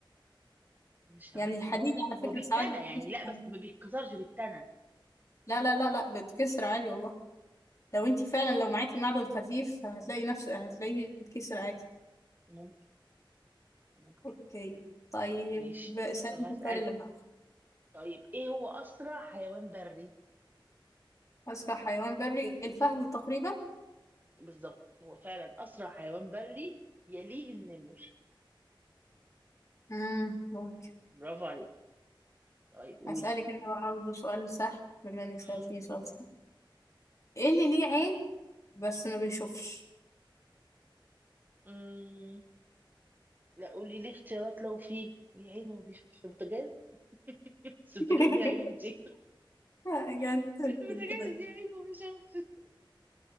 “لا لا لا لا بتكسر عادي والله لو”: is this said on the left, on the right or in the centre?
Left